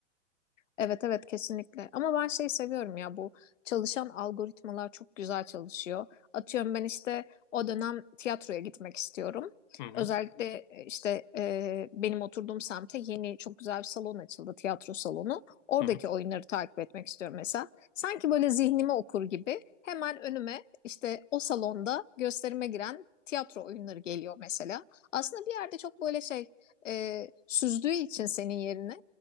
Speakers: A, on the left; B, on the left.
A: Evet evet kesinlikle. Ama ben şey seviyorum ya bu çalışan algoritmalar çok güzel çalışıyor. Atıyorum ben işte o dönem tiyatroya gitmek istiyorum.
B: Hı hı,
A: Özellikle e, işte e, benim oturduğum semte yeni çok güzel bir salon açıldı, tiyatro salonu. Oradaki
B: hı hı,
A: oyunları takip etmek istiyorum mesela. Sanki böyle zihnimi okur gibi hemen önüme işte o salonda gösterime giren tiyatro oyunları geliyor mesela. Aslında bir yerde çok böyle şey e, süzdüğü için senin yerine